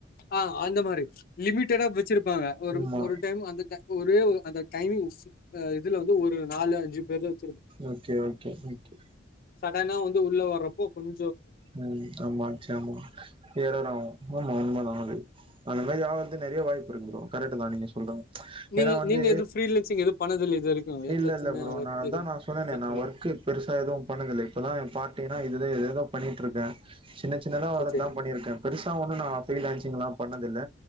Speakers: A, on the left; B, on the right.
A: ஆஹ் அந்த மாதிரி லிமிட்டடா வச்சிருப்பாங்க ஒரு
B: ஆமா
A: ஒரு டைம் அந்த ஓரு அந்த டைமிங் மிஸ் இதுல வந்து ஒரு நாலு அஞ்சு பேருதான்
B: ஓகே ஓகே ஓகே.
A: அத வந்து உள்ள வரறப்போ கொஞ்.
B: உஹம் ஆமாங் ஜாம் ஆகும். <unintelligible> அந்தமாதிரி ஆவரது நறைய வாய்ப்பு இருக்குது ப்ரோ கரெக்ட் தான் நீங்க சொல்றது.
A: நீங்க
B: ஏன்னா வந்து
A: நீங்க எது ஃப்ரீலான்சிங் எதுவும் பண்ணதில்ல இது வரைக்கும் எந்த
B: இல்ல இல்ல
A: சின்ன
B: ப்ரோ
A: ஒர்க்
B: நான்தான்
A: எதுவும்
B: சொன்னனே
A: ஸ்டார்ட்
B: நான்
A: பண்ணல
B: ஒர்க்கு பெருசா எதுவும் பண்ணுதில்ல இப்பதான் என் பார்டைனா. எது எதுன்னா. பண்ணிகிட்டுருக்க. சின்ன சின்னதா
A: சேரி
B: வரதுதான்
A: சேரி
B: பண்ணிருக்கே பெருசா ஒண்ணும் நான் அப்பலச்சிங்களலாம் பண்ணதில்ல.